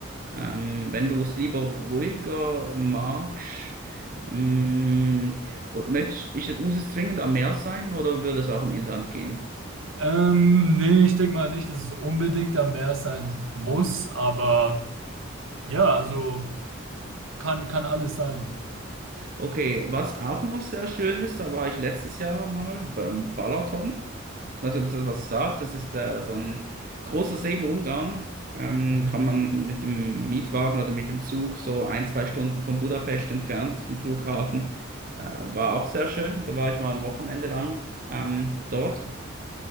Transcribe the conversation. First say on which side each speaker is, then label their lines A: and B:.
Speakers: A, on the right; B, on the right.
A: Ähm, wenn du es lieber ruhiger magst, mh, und möchtest, ich, muss es zwingend am Meer sein oder würde es auch im Inland gehen?
B: Ähm, nee, ich denke mal nicht, dass es unbedingt am Meer sein muss, aber ja, also kann, kann alles sein.
A: Okay, was auch noch sehr schön ist, da war ich letztes Jahr mal beim Balaton. Weiß nicht, ob es das was sagt. Das ist äh, so ein großer See in Ungarn. Ähm,
B: Mhm.
A: kann man mit dem Mietwagen oder mit dem Zug so ein, zwei Stunden von Budapest entfernt vom Flughafen. Äh, war auch sehr schön. Da war ich mal ein Wochenende lang ähm, dort.